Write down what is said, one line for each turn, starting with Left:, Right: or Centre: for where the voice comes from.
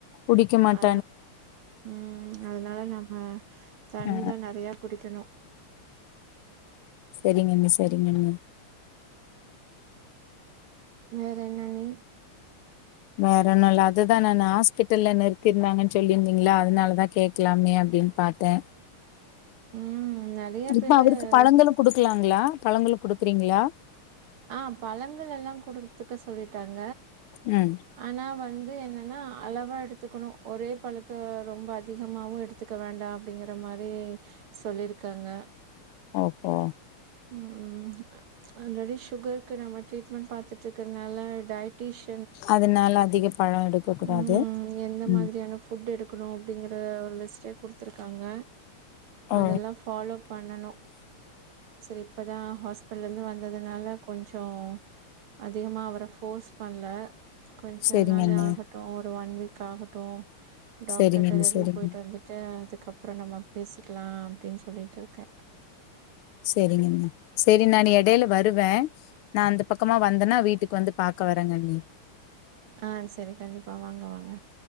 Left: குடிக்க மாட்
Right: அ ம் அதனால நம்ம தண்ணிதா
Left: ஆ
Right: நெறையா குடிக்கணு
Left: செரிங்கண்ணி செரிங்கண்ணி
Right: வேற என்னண்ணி
Left: வேற ஒன்னு இல்ல அதுதா நானு ஹாஸ்பிட்டல்ல நிறுத்திருந்தாங்கன் சொல்லிருந்தீங்ளா அதனால தா கேக்கலாமே அப்டின்னு பாத்தே
Right: <inaudible> ம் நெறைய
Left: இப்ப
Right: பேரு
Left: அவருக்கு பழங்களு குடுக்குலாங்ளா பழங்களு குடுக்குறீங்குளா
Right: ஆ பழங்கள் எல்லா குடுத்துக்க சொல்லிட்டாங்க
Left: ம்
Right: ஆனா வந்து என்னனா அளவா எடுத்துக்குணு ஒரே பழத்த ரொம்ப அதிகமாவு எடு த்துக்க வேண்டா அப்டிங்கற மாரி சொல்லிருக்காங்க
Left: ஓகே
Right: ம் ஆல்ரெடி சுகர்க்கு நம்ம ட்ரீட்மெண் பாத்துட்ருக்கற்னால டயட்ரீஷ்
Left: அதுனால அதிக பழோ எடுக்க கூடாது
Right: ம் எந்த
Left: ம்
Right: மாதிரியான ஃபுட் எடுக்கணு அப்டிங்கிற ஒரு லிஸ்ட்டே குடுத்துருக்காங்க
Left: ஓ
Right: அதெல்லா ஃபாலோ பண்ணணு செரி இப்பதா ஹாஸ்பிடல் இருந்து வந்ததுனால கொஞ்சோ அதிகமா அவர ஃபோர்ஸ் பண்ல கொஞ்ச
Left: சரிங்க
Right: நாளு
Left: அண்ணி
Right: ஆகட்டு ஒரு ஒன் வீக் ஆகட்டு டாக்டர்ட்ட
Left: சரிங்க அண்ணி
Right: ரெவ்யு
Left: சரிங்க
Right: போய்ட்டு வந்து ட்டு அதுக்கப்றோ நம்ம பேசிக்குலா அப்டின் சொல்லிட்ருக்கே
Left: செரிங்கமா செரின் நானு எடைல வருவேன் நான் அந்த பக்கமா வந்தனா வீட்டுக்கு வந்து பாக்க வரேங் அண்ணி
Right: ஆ செரி கண்டிப்பா வாங்க வாங்க